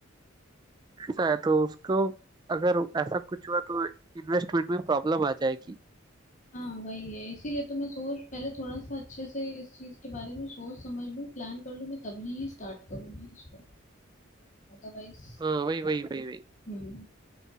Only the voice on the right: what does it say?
ऐसा है तो उसको अगर ऐसा कुछ हुआ तो इन्वेस्टमेंट में प्रॉब्लम आ जाएगी
हाँ वही वही वही वही